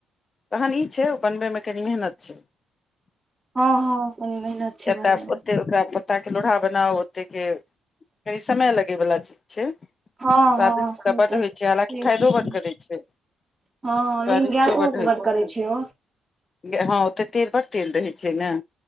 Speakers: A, on the left; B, on the right.
A: तहन ई छै ओ बनबैमे कनि मेहनत छै
B: हँ हँ कनी मेहनत छै
A: कतेक
B: बनबै मे
A: <unintelligible> प्ता के लोढ़ा बनाउ ओते के कनी समय लगे बला चीज छै
B: हँ
A: स्वादिष्टता
B: हँ से
A: बड
B: तऽ से
A: होइ छै हालाँकि फायदो
B: तऽ छै
A: बड करै छै
B: हँ
A: स्वादिष्टो
B: लेकिन गैसो
A: बड्ड होइ
B: बड करै छै ओ
A: हँ ओतऽ तेल बड़ तेल रहै छै न